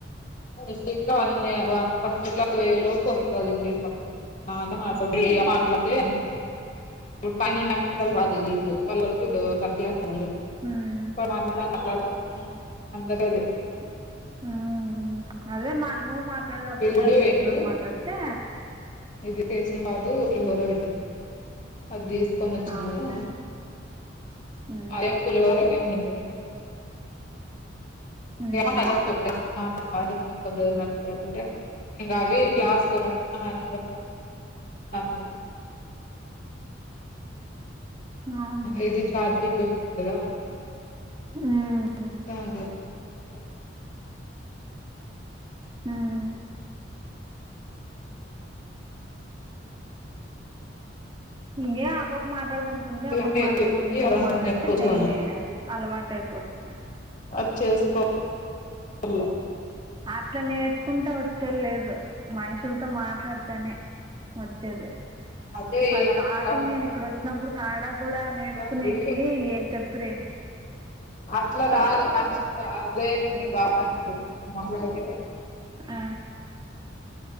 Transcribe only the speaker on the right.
ఉమ్
మ్ హూ అదే నువ్వు మాట్లాడేటప్పుడు
గాని ఇంగ్లీష్
లోను మాట్లాడితే
అవునులే
హ్మ్
హ్మ్
అవునులే
మ్
మ్
ఇంగే ఆ పాప మాట్లాడతాంది. ఉంటుంది అబ్బాబ
మాట్లాడినప్పుడు
నువ్వు
మాట్లాడితే
డైలీ
అలవాటైపోతుంది
అట్లా నేర్చుకుంటే వచ్చే ల్లేదు మనుషుల్తో మాట్లాడ్తేనే వచ్చేది
ఫ
స్టార్టింగ్
నేను ఇక్కడొచ్చినప్పుడు కనడా కూడా
నేర్చుకునేకి ఏ చెప్పిరి
ఆ